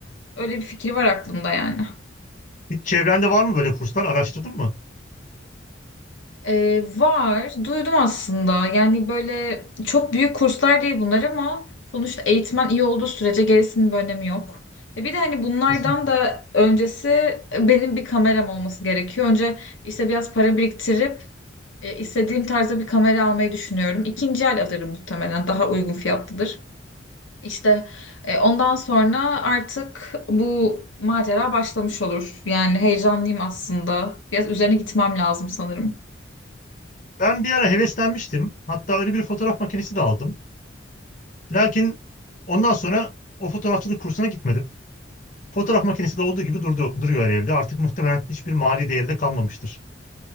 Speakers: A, on the left; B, on the left.
A: Öyle bir fikir var aklımda yani.
B: Hiç çevrende var mı böyle kurslar? Araştırdın mı?
A: Ee, var. Duydum aslında. Yani böyle çok büyük kurslar değil bunlar ama sonuçta eğitmen iyi olduğu sürece gerisinin bir önemi yok. E bir de hani bunlardan
B: Kesinlikle.
A: da öncesi e, benim bir kameram olması gerekiyor. Önce işte biraz para biriktirip e, istediğim tarzda bir kamera almayı düşünüyorum. İkinci el alırım muhtemelen. Daha uygun fiyatlıdır. İşte e, ondan sonra artık bu macera başlamış olur. Yani heyecanlıyım aslında. Biraz üzerine gitmem lazım sanırım.
B: Ben bir ara heveslenmiştim. Hatta öyle bir fotoğraf makinesi de aldım. Lakin ondan sonra o fotoğrafçılık kursuna gitmedim. Fotoğraf makinesi de olduğu gibi durdu, duruyor evde. Artık muhtemelen hiçbir mali değeri de kalmamıştır.